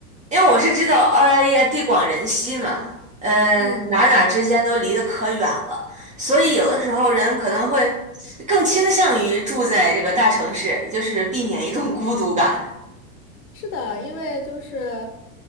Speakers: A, on the right; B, on the left.
A: 因为我是知道澳大利亚地广人稀嘛，嗯、
B: 嗯。
A: 呃哪哪之间都离得可远了，所以有的时候人可能会更倾向于住在这个大城市，就是避免一种孤独感。
B: 是的，因为就是，